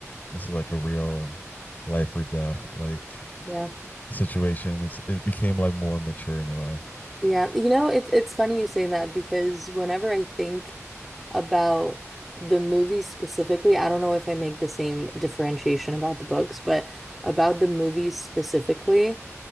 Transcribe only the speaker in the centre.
Yeah.
Yeah, you know, it's it's funny you say that because whenever I think about the movies specifically, I don't know if I make the same differentiation about the books, but about the movies specifically,